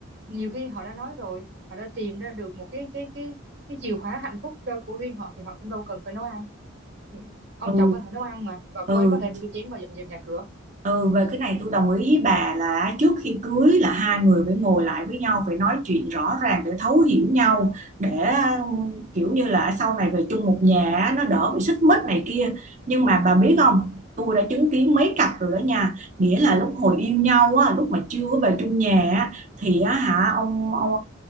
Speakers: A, on the right; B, on the right.
A: nhiều khi họ đã nói rồi họ đã tìm ra được một cái cái cái cái chìa khóa hạnh phúc cho của riêng họ thì họ cũng đâu cần phải nấu ăn Ừ, ông
B: Ừ,
A: chồng có thể nấu ăn mà và
B: ừ
A: cô ấy có thể rửa chén và dọn dẹp nhà cửa
B: Ừ, về cái này tôi đồng ý với bà là trước khi cưới là hai người phải ngồi lại với nhau phải nói chuyện rõ ràng để thấu hiểu nhau để ừ, kiểu như là sau này về chung một nhà á, nó đỡ bị xích mích này kia nhưng mà bà biết không tôi đã chứng kiến mấy cặp rồi đó nha nghĩa là lúc hồi yêu nhau á, lúc mà chưa có về chung nhà á, thì á, hả ông ông,